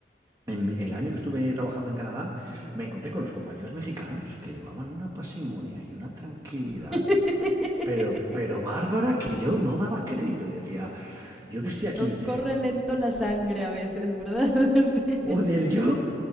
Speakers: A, on the right; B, in the centre.
A: en el año que estuve trabajando en Canadá,
B: ujú.
A: me encontré con los compañeros mexicanos que llevaban una pasimonia y una tranquilidad,
B: <laughs>
A: pero, pero bárbara que yo no daba crédito. Y decía, yo que estoy aquí,
B: Nos corre lento la sangre a veces, ¿verdad? <laughs>
A: joder, yo